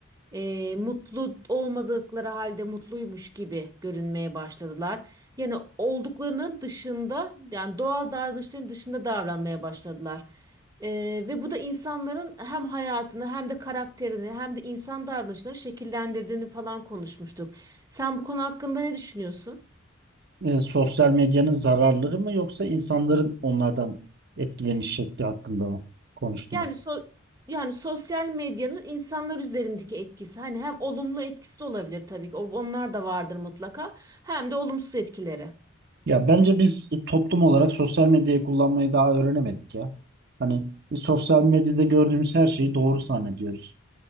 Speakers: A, on the right; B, on the right.
A: e, mutlu olmadıkları halde mutluymuş gibi görünmeye başladılar. Yani olduklarının dışında yani doğal davranışların dışında davranmaya başladılar. E, ve bu da insanların hem hayatını hem de karakterini hem de insan davranışlarını şekillendirdiğini falan konuşmuştuk. Sen bu konu hakkında ne düşünüyorsun?
B: e, sosyal medyanın zararları mı yoksa insanların onlardan etkileniş şekli hakkında mı konuştunuz?
A: Yani so yani sosyal medyanın insanlar üzerindeki etkisi hani hem olumlu etkisi de olabilir tabii ki o- onlar da vardır mutlaka hem de olumsuz etkileri.
B: Ya bence biz toplum olarak sosyal medyayı kullanmayı daha öğrenemedik ya. Hani sosyal medyada gördüğümüz her şeyi doğru zannediyoruz.